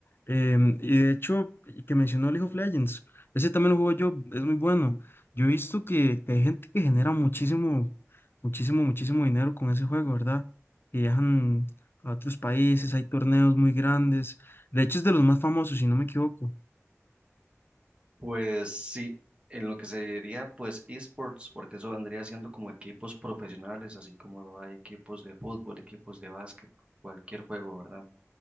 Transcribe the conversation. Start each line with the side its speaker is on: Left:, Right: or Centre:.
Left: Em, y de hecho, y que mencionó League of Legends, ese también lo juego yo, es muy bueno. Yo he visto que, que hay gente que genera muchísimo muchísimo, muchísimo dinero con ese juego, ¿verdad? Y viajan a otros países, hay torneos muy grandes. De hecho, es de los más famosos, si no me equivoco.
Right: Pues sí, en lo que se diría pues esports, porque eso vendría siendo como equipos profesionales, así como lo hay equipos de fútbol, equipos de básquet, cualquier juego, ¿verdad?